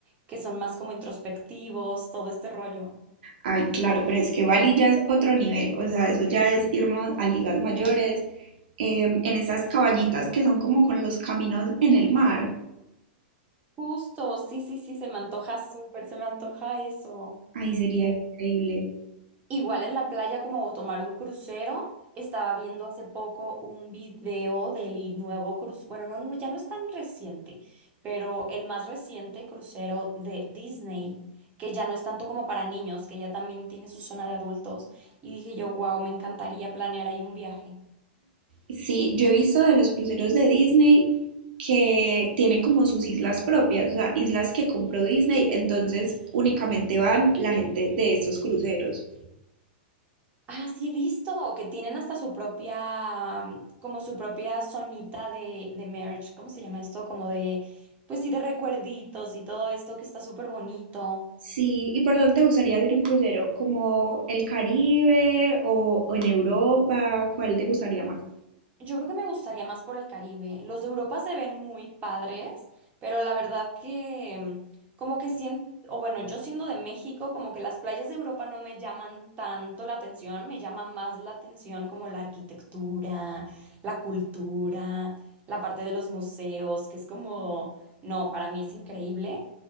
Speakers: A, on the right (about 25°); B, on the right (about 65°).
A: que son más como introspectivos, todo este rollo.
B: Ay, claro, pero es que Bali ya es otro nivel, o sea, eso ya es irnos a ligas mayores, eh, en esas cabañitas que son como con los caminos en el mar.
A: Justo, sí, sí, sí, se me antoja súper, se me antoja eso.
B: Ahí sería increíble.
A: Igual en la playa como tomar un crucero, estaba viendo hace poco un video del nuevo crucero, bueno, no, no, ya no es tan reciente, pero el más reciente crucero de Disney, que ya no es tanto como para niños, que ya también tiene su zona de adultos, y dije yo, wow, me encantaría planear ahí un viaje.
B: Sí, yo he visto de los cruceros de Disney que tienen como sus islas propias, o sea, islas que compró Disney, entonces únicamente van la gente de estos cruceros.
A: Ah, sí he visto que tienen hasta su propia, mm, como su propia zonita de, de merch, ¿cómo se llama esto? Como de, pues sí, de recuerditos y todo esto que está súper bonito.
B: Sí, ¿y por dónde te gustaría hacer un crucero? ¿Como el Caribe o, o en Europa? ¿Cuál te gustaría más?
A: Yo creo que me gustaría más por el Caribe. Los de Europa se ven muy padres, pero la verdad que mm, como que siento, o bueno, yo siendo de México, como que las playas de Europa no me llaman tanto la atención, me llama más la atención como la arquitectura, la cultura, la parte de los museos, que es como, no, para mí es increíble,